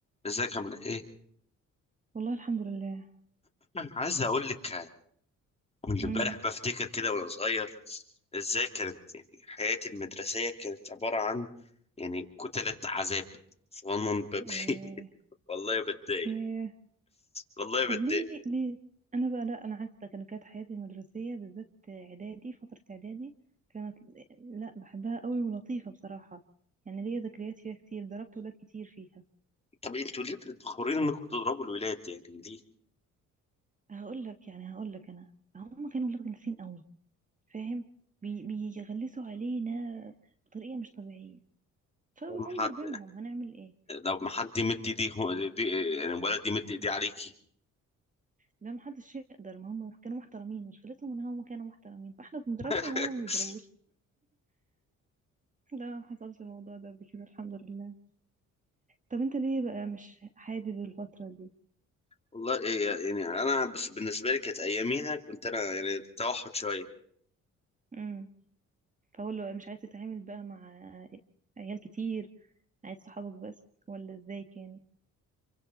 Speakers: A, on the left; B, on the right.
A: ازيك عامل ايه؟
B: والله الحمد لله
A: عايز اقول لك من
B: امم
A: امبارح بفتكر كده وانا صغير ازاي كانت يعني حياتي المدرسية كانت عبارة عن يعني كتلة عذاب صغنن بمشي
B: إيه.
A: <laughs> والله بتضايق
B: إيه.
A: والله بتضايق
B: طب ليه ليه انا بقى لا انا عكسك انا كانت حياتي المدرسيه بالذات اعدادي فتره اعدادي كانت لا بحبها قوي ولطيفه بصراحه يعني ليا ذكريات فيها كتير ضربت ولاد كتير فيها
A: طب انتوا ليه بتخورين انكم بتضربوا الولاد يعني ليه؟
B: هقول لك يعني هقول لك انا هم كانوا ولاد غلسين قوي فاهم بي بيغلسوا علينا بطريقه مش طبيعيه فبنقوم
A: لما حد
B: ضربينهم هنعمل ايه
A: لو ما حد يمد ايديه دي يعني الولد يمد ايديه عليكي
B: لا محدش يقدر ما هم كانوا محترمين مشكلتهم ان هم كانوا محترمين فاحنا بنضربهم
A: <laughs>
B: وهم ما بيضربوش لا حصلش الموضوع ده قبل كده الحمد لله طب انت ليه بقى مش حابب الفترة دي
A: والله إيه يعني انا بس بالنسبه لي كانت اياميها كنت انا يعني توحد شويه
B: امم فاقول له مش عايز تتعامل بقى مع عيال كتير عايز صحابك بس ولا ازاي كان